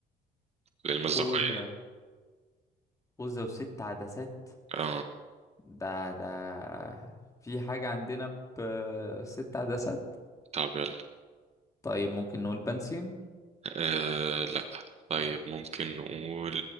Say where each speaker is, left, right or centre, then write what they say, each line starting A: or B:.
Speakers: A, on the right (about 40°); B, on the left (about 20°).
A: للمصداقية
B: خوذة خوذة وست عدسات
A: اه
B: ده ده في حاجة عندنا بست عدسات
A: طب يلا
B: طيب ممكن نقول بنسيون
A: آه لا طيب ممكن نقول